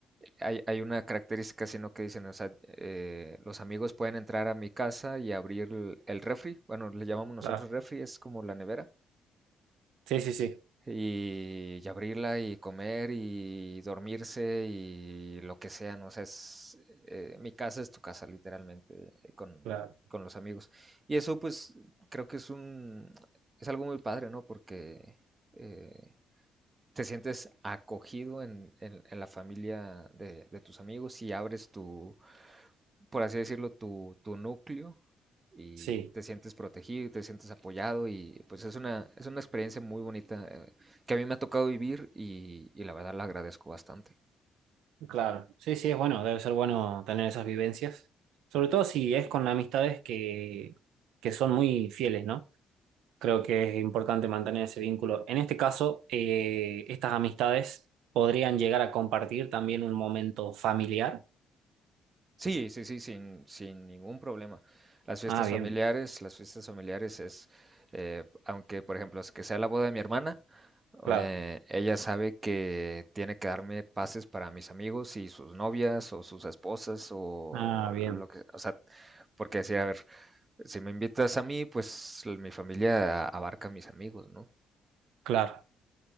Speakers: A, on the right; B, on the right.
A: hay, hay, una característica, sino que dicen, o sea, eh, los amigos pueden entrar a mi casa y abrir el, el refri, bueno, le llamamos nosotros
B: claro,
A: refri, es como la nevera,
B: sí, sí, sí,
A: y, y abrirla y comer y dormirse y lo que sea, ¿no? O sea, es, eh, mi casa es tu casa, literalmente, eh, con,
B: claro.
A: con los amigos. Y eso, pues, creo que es un, es algo muy padre, ¿no? Porque eh, te sientes acogido en, en- en la familia de, de tus amigos y abres tu, por así decirlo, tu, tu núcleo y
B: sí,
A: te sientes protegido y te sientes apoyado y pues es una, es una experiencia muy bonita eh, que a mí me ha tocado vivir y, y la verdad la agradezco bastante.
B: claro. Sí, sí, es bueno, debe ser bueno tener esas vivencias, sobre todo si es con amistades que, que son muy fieles, ¿no? Creo que es importante mantener ese vínculo. En este caso, eh, estas amistades podrían llegar a compartir también un momento familiar.
A: Sí, sí, sí, sin, sin ningún problema. Las fiestas
B: Ah, bien,
A: familiares, las fiestas familiares es, eh, aunque por ejemplo, es que sea la boda de mi hermana,
B: claro.
A: eh, ella sabe que tiene que darme pases para mis amigos y sus novias o sus esposas o
B: Ah, bien,
A: lo que, o sea, porque decía, a ver, si me invitas a mí, pues mi familia abarca a mis amigos, ¿no?
B: claro.